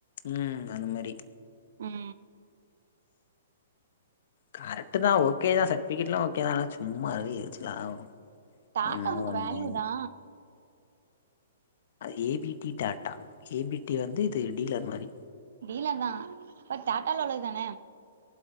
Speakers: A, on the left; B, on the right.
A: ம் அந்த மேரி
B: ம்
A: கரெட் தா ஓகே தா சர்டிபேக்ட்ல்ல ஓகோ ஆனா சும்மா அதுவே எரிச்சுலா வரு
B: டாட்டா
A: என்ன
B: உனுக்கு
A: ஒண்ணு
B: வேல்யூ தா
A: அ A B T Tata A B T வந்து இது டீலர் மாரி
B: டீலர் தா பட் டாட்டால்ல உளது தான